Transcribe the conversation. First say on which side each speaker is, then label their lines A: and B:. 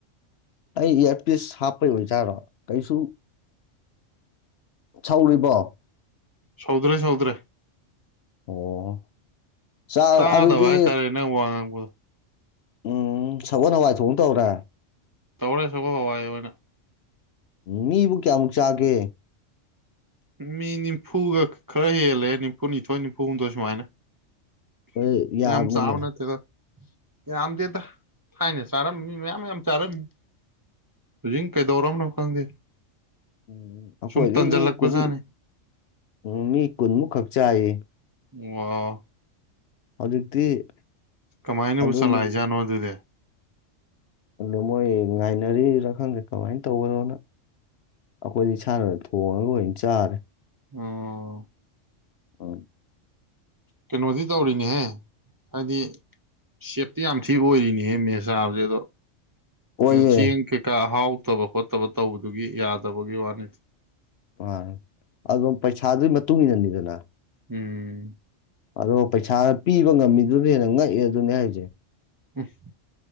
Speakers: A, on the left; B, on the right.
A: ꯑꯩ ꯏꯌꯥꯔꯄꯤꯁ ꯍꯥꯞꯄꯩ ꯑꯣꯏꯖꯥꯠꯔꯣ ꯀꯩꯁꯨ ꯁꯧꯔꯤꯕꯣ
B: ꯁꯧꯗ꯭ꯔꯦ ꯁꯧꯗ꯭ꯔꯦ
A: ꯑꯣ ꯆꯥꯛ
B: ꯇꯥꯗꯕ
A: ꯑꯗꯨꯗꯤ
B: ꯍꯥꯢ ꯇꯥꯔꯦ ꯅꯪ ꯋꯥ ꯉꯥꯡꯕꯗꯨ
A: ꯎꯝ ꯁꯒꯣꯟ ꯍꯋꯥꯢ ꯊꯣꯡꯕ ꯇꯧꯔꯦ
B: ꯇꯧꯔꯦ ꯁꯒꯣꯟ ꯍꯋꯥꯢ ꯑꯣꯏꯅ
A: ꯃꯤꯕꯨ ꯀꯌꯥꯃꯨꯛ ꯆꯥꯒꯦ
B: ꯃꯤ ꯅꯤꯝꯐꯨꯒ ꯈꯔ ꯍꯦꯜꯂꯦ ꯅꯤꯝꯐꯨꯅꯤꯊꯣꯏ ꯅꯤꯐꯨ ꯍꯨꯝꯗꯣꯏ ꯁꯨꯃꯥꯏꯅ
A: ꯍꯣꯏ ꯌꯥꯝꯃꯤꯅꯦ
B: ꯌꯥꯝ ꯆꯕꯅ ꯊꯦꯗ ꯌꯝꯗꯦꯗꯥ ꯊꯥꯏꯅ ꯆꯥꯔꯝꯃꯤ ꯃꯤ ꯃꯌꯥꯝ ꯌꯥꯝ ꯆꯥꯔꯝꯃꯤ ꯍꯧꯖꯤꯛ ꯀꯩꯗꯧꯔꯝꯅꯣ ꯈꯪꯗꯦ
A: ꯎꯝ ꯑꯩꯈꯣꯏꯗꯤ
B: ꯁꯨꯝ ꯇꯟꯖꯜꯂꯛꯄꯖꯥꯠꯅꯤ
A: ꯃꯤ ꯀꯨꯟ ꯎꯝ ꯃꯤ ꯀꯨꯟꯃꯨꯛꯈꯛ ꯆꯥꯏꯌꯦ
B: ꯋꯥ
A: ꯍꯧꯖꯤꯛꯇꯤ
B: ꯀꯃꯥꯏꯅꯕꯨ
A: ꯑꯗꯨ
B: ꯆꯂꯥꯏꯏꯖꯥꯠꯅꯣ ꯑꯗꯨꯗꯤ ꯎꯝ
A: ꯑꯗ ꯃꯣꯏ ꯉꯥꯏꯅꯔꯤꯔ ꯈꯪꯗꯦ ꯀꯃꯥꯏꯅ ꯇꯧꯕꯅꯣꯅ ꯑꯩꯈꯣꯏꯗꯤ ꯏꯁꯥꯟꯅꯗ ꯊꯣꯡꯉꯒ ꯂꯣꯏ ꯆꯥꯔꯦ
B: ꯑꯣ
A: ꯑ
B: ꯀꯩꯅꯣꯗꯤ ꯇꯧꯔꯤꯅꯦꯍꯦ ꯍꯥꯏꯕꯗꯤ ꯁꯦꯞꯇꯤ ꯌꯥꯝ ꯊꯤ ꯑꯣꯏꯔꯤꯅꯤꯍꯦ ꯃꯦ ꯆꯥꯕꯁꯦ ꯑꯗꯣ
A: ꯑꯣꯏꯌꯦ
B: ꯆꯦꯡ ꯀꯩꯀ ꯑꯍꯥꯎ ꯊꯣꯛꯇꯕ ꯈꯣꯠꯇꯕ ꯇꯧꯕꯗꯨꯒꯤ ꯌꯥꯗꯕꯒꯤ ꯋꯥꯅꯤ
A: ꯑ ꯑꯗꯨꯝ ꯄꯩꯁꯥꯗꯨꯒꯤ ꯃꯇꯨꯡ ꯏꯟꯅꯅꯤꯗꯅ
B: ꯎꯝ
A: ꯑꯗꯣ ꯄꯩꯁꯥ ꯄꯤꯕ ꯉꯝꯃꯤꯗꯨꯅ ꯍꯦꯟꯅ ꯉꯛꯑꯦ ꯑꯗꯨꯅꯦ ꯍꯥꯏꯁꯦ
B: ꯑꯦꯁ